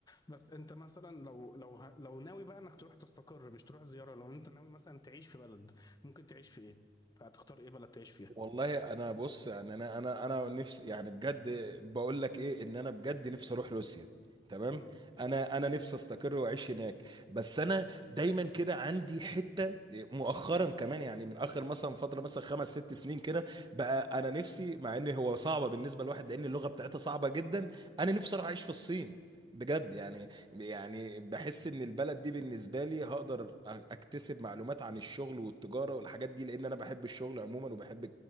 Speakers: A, on the left (about 20°); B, on the right (about 25°).
A: بس انت مثلا لو لو ه- لو ناوي بقى انك تروح تستقر مش تروح زيارة لو انت ناوي مثلا تعيش في بلد ممكن تعيش في ايه فهتختار ايه بلد تعيش فيها
B: والله انا بص يعني انا انا انا نفسي يعني بجد بقول لك ايه ان انا بجد نفسي اروح روسيا تمام
A: امم
B: انا انا نفسي استقر واعيش هناك بس انا دايما كده عندي حته مؤخرا كمان يعني من اخر مثلا فتره مثلا خمس ست سنين كده بقى انا نفسي مع ان هو صعبه بالنسبه لواحد لان اللغه بتاعتها صعبه جدا انا نفسي اروح اعيش في الصين بجد يعني يعني بحس ان البلد دي بالنسبه لي هقدر اكتسب معلومات عن الشغل والتجاره والحاجات دي لان انا بحب الشغل عموما وبحب